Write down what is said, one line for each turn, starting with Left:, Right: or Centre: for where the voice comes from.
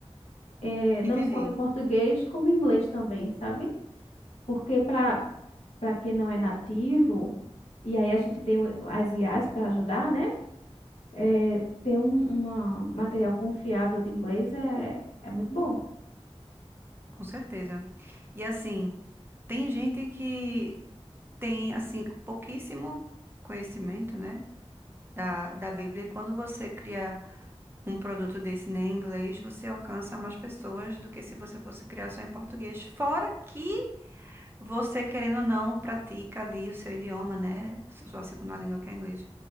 Left: é,
Right: Entendi,
Left: não só em português, como em inglês também, sabe? Porque para para quem não é nativo, e aí a gente tem o- as IAs para ajudar, né? É, ter um uma- material confiável de inglês é, é muito bom.
Right: com certeza. E assim, tem gente que tem assim pouquíssimo conhecimento, né, da, da Bíblia. E Quando você cria um produto desse né, em inglês, você alcança mais pessoas do que se você fosse criar só em português. Fora que você, querendo ou não, pratica ali o seu idioma, né, sua segunda língua que é inglês.